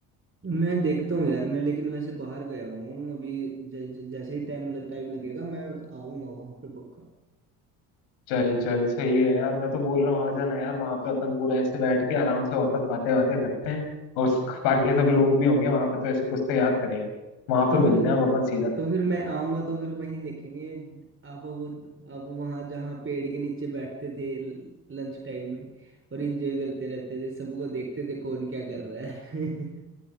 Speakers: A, on the right; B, on the left.
A: मैं देखता हूँ यार मैं लेकिन वैसे बाहर गया हुआ हूँ अभी ज, ज, जैसे ही टाइम टाइम लगेगा मैं आऊंगा वहां पे पक्का
B: चल चल सही है यार मैं तो बोल रहा हूँ आ जाना यार वहां पे अपन पूरा ऐसे बैठ के आराम से वापस बातें बातें करते हैं और उस- बाकी सब लोग भी होंगे वहां पे तो ऐसे कुछ तो याद करेंगे वहां
A: तो
B: पे
A: फिर
B: मिलते हैं अब अपन सीधा
A: तो फिर मैं आऊंगा तो फिर वहीं देखेंगे आप वो आप वहां जहाँ पेड़ के नीचे बैठते थे लंच टाइम में और एंजॉय करते रहते थे सबको देखते थे कौन क्या कर रहा है <laughs>